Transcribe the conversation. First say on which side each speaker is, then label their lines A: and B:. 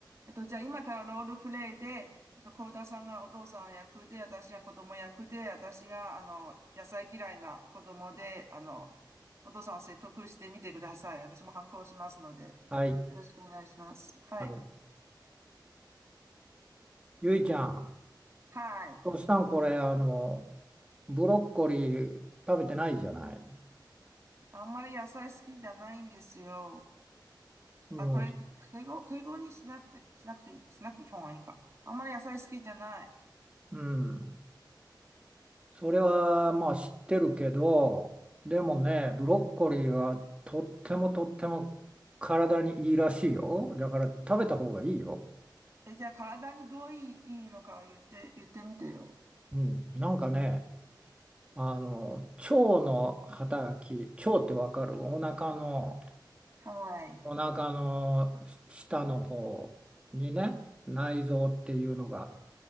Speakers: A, on the right (about 40°); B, on the right (about 15°).
A: えっと、じゃあ今からロールプレイで、えっと、幸田さんがお父さん役で、私が子供役で、私が、あの、野菜嫌いな子供で、あの、お父さんを説得してみてください。私も反抗しますので、
B: はい、
A: よろしくお願いします。はい。
B: はい。ゆいちゃん、
A: はい。
B: トシさん、これ、あの、ブロッコリー食べてないじゃない。
A: あんまり野菜好きじゃないんですよ。
B: うん、
A: あ、これ、敬語、敬語にしなくて、しなくていい、しなくていい方がいいか。あんまり野菜好きじゃない。
B: うん。それは、まあ、知ってるけど、でもね、ブロッコリーはとってもとっても体にいいらしいよ。だから食べた方がいいよ。
A: え、じゃあ体にどういい、いいのかを言って、言ってみてよ。
B: うん。なんかね、あの、腸の働き、腸ってわかるお腹の、
A: はい。
B: お腹の下の方にね、内臓っていうのが。